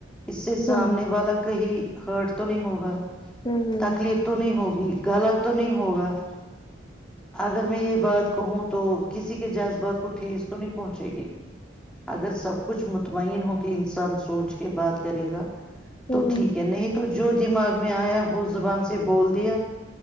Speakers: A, in the centre; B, on the left.
A: اس سے سامنے
B: ہوں
A: والا ہرٹ تو نہیں ہوگا
B: ہوں
A: تکلیف تو نہیں ہوگی غلط تو نہیں ہوگا اگر میں یہ بات کہوں تو کسی کے جذبات کو ٹھیس تو نہیں پہنچے گی اگر سب کچھ مطمئن ہو کہ انسان سوچ کے بات کرے گا
B: ہوں
A: تو ٹھیک ہے نہیں تو جو دماغ میں آیا وہ زبان سے بول دیا